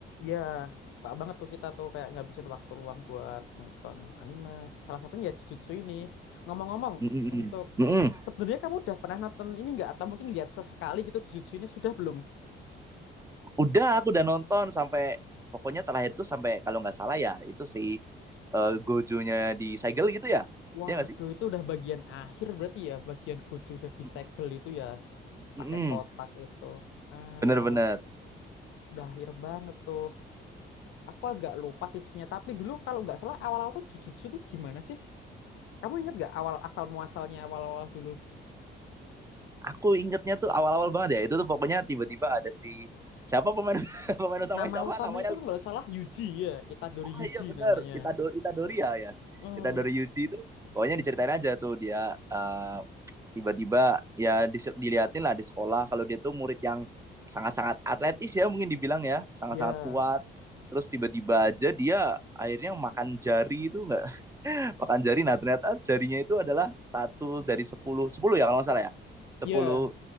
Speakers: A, on the left; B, on the right.
A: Ya, suka banget tuh kita tuh kayak ngabisin waktu luang buat nonton anime. Salah satunya ya Jujutsu ini. Ngomong-ngomong,
B: Mm-mm.
A: untuk
B: Mm-mm.
A: sebenarnya kamu udah pernah nonton ini nggak? Atau mungkin lihat sesekali gitu Jujutsu ini sudah belum?
B: Udah, aku udah nonton sampai pokoknya terakhir tuh sampai kalau nggak salah ya itu si eh, Gojo-nya di segel gitu ya.
A: Waduh,
B: Iya nggak sih?
A: itu udah bagian akhir berarti ya, bagian Gojo udah disegel
B: Mm-mm.
A: itu ya,
B: Mm-mm.
A: pakai kotak itu. Ah,
B: Bener-bener.
A: udah akhir banget tuh. Aku agak lupa sisinya, tapi dulu kalau nggak salah awal-awal tuh Jujutsu tuh gimana sih? Kamu ingat nggak awal asal muasalnya awal-awal dulu?
B: Aku ingetnya tuh awal-awal banget ya. Itu tuh pokoknya tiba-tiba ada si siapa pemain <laughs> pemain utamanya
A: Nama
B: siapa
A: utamanya
B: namanya
A: tuh kalau nggak salah Yuji ya, Itadori
B: ah,
A: Yuji
B: iya bener
A: namanya.
B: Itadori Itadori ya Yas
A: Oh,
B: Itadori Yuji itu pokoknya diceritain aja tuh dia eh, tiba-tiba ya dis- diliatin lah di sekolah kalau dia tuh murid yang sangat-sangat atletis ya mungkin dibilang ya sangat-sangat
A: ya,
B: kuat terus tiba-tiba aja dia akhirnya makan jari itu enggak <laughs> makan jari nah ternyata jarinya itu adalah satu dari sepuluh sepuluh ya kalau nggak salah ya sepuluh
A: ya,